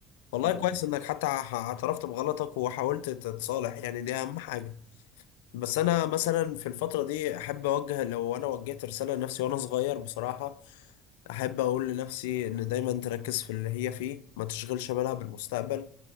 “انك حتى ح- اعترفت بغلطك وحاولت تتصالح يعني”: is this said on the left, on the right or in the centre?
Left